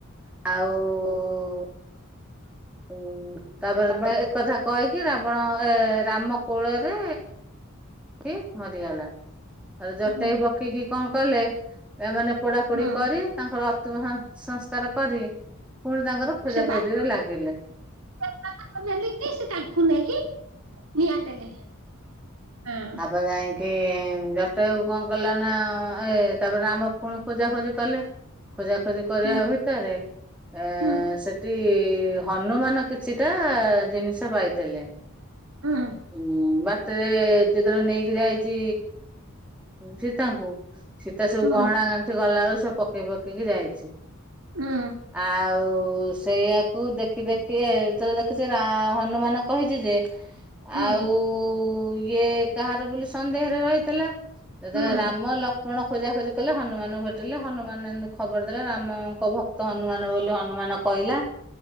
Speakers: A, in the centre; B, on the right (about 80°).
A: ଆଉ ହୁଁ ତାପରେ ଏକଥା କହିକି ରାବଣ ଏ ରାମ କୋଳରେ ରଖି ମରିଗଲା ଆଉ ଜଟାୟୁ
B: ହଁ।
A: ପକ୍ଷୀକି କଣ କଲେ ଏମାନେ ପୋଡାପୋଡି
B: ହୁଁ
A: କରି ତାଙ୍କର ଅନ୍ତିମ ସଂସ୍କାର କରି ପୁଣି ତାଙ୍କର ଖୋଜାଖୋଜିରେ
B: ସେ ବାଟ
A: ଲାଗିଲେ।
B: <unintelligible> ସେ ତାଙ୍କୁ ନେଇକି ନିଆଁ ଦେଲେ। ହଁ
A: <unintelligible> କି ଜଟାୟୁ କଣ କଲା ନା ଏ ତାପରେ ରାମ ପୁଣି ଖୋଜା ଖୋଜି କଲେ। ଖୋଜା ଖୋଜି କରିବା
B: ହୁଁ
A: ଭିତରେ ଏ
B: ହୁଁ
A: ସେ ହନୁମାନ କିଛିଟା ଜିନିଷ ପାଇଥିଲେ।
B: ହୁଁ
A: ହୁଁ ବାଟରେ ଯେତେବେଳେ ନେଇକି ଯାଇଛି ସୀତାଙ୍କୁ ସୀତା ସବୁ
B: ହୁଁ
A: ଗହଣା ଗା ସେଠୁ ଗଲା ବେଳକୁ ସବୁ ପକେଇ ପକେଇକି ଯାଇଛି।
B: ହୁଁ।
A: ଆଉ ସେଇଆକୁ ଦେଖି ଦେଖି ଯେତେବେଳେ ଦେଖିଛି ହନୁମାନ କହିଛି ଯେ <inaudible>
B: ହୁଁ
A: ଆଉ ଇଏ କାହାର ବୋଲି ସନ୍ଦେହରେ ରହିଥିଲା ଯେତେବେଳେ
B: ହୁଁ
A: ରାମ ଲକ୍ ପୁଣ ଖୋଜାଖୋଜି କଲେ ହନୁମାନଙ୍କୁ ଭେଟିଲେ ହନୁମାନ ଖବର ଦେଲେ ରାମଙ୍କ ଭକ୍ତ ହନୁମାନ ବୋଲି ହନୁମାନ କହିଲା